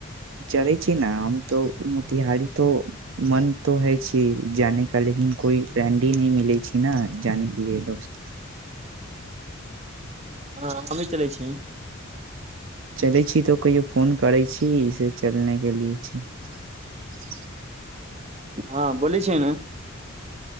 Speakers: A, on the right; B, on the right.
A: चढ़ै छी न हम तो मोतिहारी तो मन तो है छी जाने का लेकिन कोइ फ्रेंड ह नहि मिलै छै ने जााने के लिए दोस्त
B: हँ हमी चलै छी
A: खेले छी तऽ ओ कहियो फोन करै छी से चलने के लिए छी <inaudible>
B: हँ बोल छिय ने